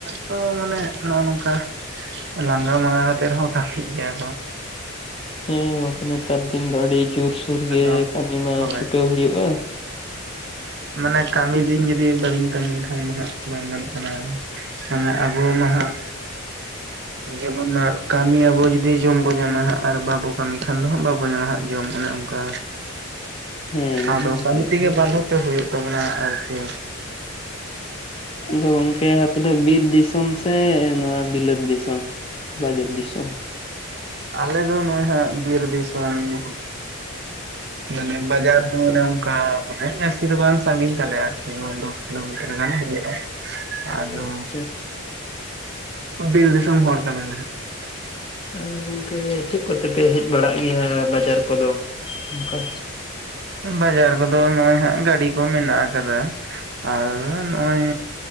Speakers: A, on the right; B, on the left.
A: ᱛᱚ ᱢᱟᱱᱮ ᱱᱚᱜᱼᱚ ᱱᱚᱝᱠᱟ, ᱞᱟᱸᱜᱟ ᱢᱟᱸᱜᱟ ᱠᱟᱛᱮ ᱨᱮᱦᱚᱸ ᱠᱟᱹᱢᱤᱜ ᱜᱮᱭᱟ ᱠᱚ᱾
B: ᱦᱮᱸ ᱜᱚᱝᱠᱮ ᱱᱮᱛᱟᱨ ᱫᱤᱱ ᱫᱚ ᱟᱹᱰᱤ ᱡᱳᱨ ᱥᱳᱨ
A: ᱟᱫᱚ
B: ᱜᱮ ᱠᱟᱹᱢᱤ ᱢᱟ
A: ᱦᱳᱭ
B: ᱪᱷᱩᱴᱟᱹᱣ ᱦᱩᱭᱩᱜᱼᱟ᱾
A: ᱢᱟᱱᱮ ᱠᱟᱢᱤ ᱫᱤᱱ ᱡᱩᱫᱤ ᱵᱟᱹᱵᱤᱱ ᱠᱟᱹᱢᱤ ᱞᱮᱠᱷᱟᱱ ᱦᱟᱸᱜ ᱵᱟᱝ ᱜᱟᱱᱚᱜ ᱠᱟᱱᱟ᱾ ᱢᱟᱱᱮ ᱟᱵᱚ ᱢᱟ ᱦᱟᱸᱜ ᱡᱮᱢᱚᱱ ᱠᱟᱹᱢᱤᱭᱟᱵᱚ ᱡᱩᱫᱤ ᱡᱚᱢ ᱵᱚᱱ ᱧᱟᱢᱟ ᱦᱟᱸᱜ ᱟᱨ ᱵᱟᱵᱚ ᱠᱟᱹᱢᱤ ᱠᱷᱟᱱ ᱫᱚ ᱦᱟᱸᱜ ᱵᱟᱵᱚ ᱧᱟᱢᱟ ᱦᱟᱸᱜ ᱡᱚᱢ ᱚᱱᱮ ᱚᱝ ᱠᱟ,
B: ᱦᱮᱸ
A: ᱟᱫᱚ
B: ᱜᱚᱝᱠᱮ
A: ᱠᱟᱹᱢᱤ ᱛᱮᱜᱮ ᱵᱟᱱᱫᱷᱚᱠ ᱛᱮ ᱦᱩᱭᱩᱜ ᱛᱟᱵᱚᱱᱟ ᱟᱨᱠᱤ᱾
B: ᱟᱫᱚ ᱜᱚᱝᱠᱮ ᱟᱯᱮ ᱫᱚ ᱵᱤᱨ ᱫᱤᱥᱚᱢ ᱥᱮ ᱱᱚᱣᱟ ᱵᱤᱞᱟᱹᱛ ᱫᱤᱥᱚᱢ, ᱵᱟᱡᱟᱨ ᱫᱤᱥᱚᱢ?
A: ᱟᱞᱮ ᱫᱚ ᱱᱚᱜᱼᱚᱭ ᱦᱟᱸᱜ ᱵᱤᱨ ᱫᱤᱥᱚᱢ᱾ <inaudible> ᱢᱟᱱᱮ ᱵᱟᱡᱟᱨ ᱦᱚᱸ ᱚᱱᱮ ᱚᱱᱠᱟ ᱢᱟᱱᱮ ᱡᱟᱹᱥᱛᱤ ᱫᱚ ᱵᱟᱝ ᱥᱟᱺᱜᱤᱧ ᱛᱟᱞᱮᱭᱟ ᱟᱨᱠᱤ ᱱᱚᱭ ᱫᱚᱥ ᱠᱤᱞᱳ ᱢᱤᱴᱟᱨ ᱜᱟᱱ ᱦᱩᱭᱩᱜᱼᱟ ᱟᱫᱚ
B: ᱟᱪᱪᱷᱟ
A: ᱵᱤᱨ ᱫᱤᱥᱚᱢ ᱦᱚᱲ ᱠᱟᱱᱟᱞᱮ ᱦᱟᱸᱜ᱾
B: ᱟᱫᱚ ᱜᱚᱝᱠᱮ ᱪᱮᱫ ᱠᱚᱛᱮᱯᱮ ᱦᱮᱡ ᱵᱟᱲᱟᱜ ᱜᱮᱭᱟ ᱵᱟᱡᱟᱨ ᱠᱚᱫᱚ ᱚᱝᱠᱟ?
A: ᱵᱟᱡᱟᱨ ᱠᱚᱫᱚ ᱱᱚᱜᱼᱚᱭ ᱦᱟᱸᱜ ᱜᱟᱹᱰᱤ ᱠᱚ ᱢᱮᱱᱟᱜ ᱟᱠᱟᱫᱟ᱾ ᱟᱨ ᱱᱚᱜ-ᱚᱭ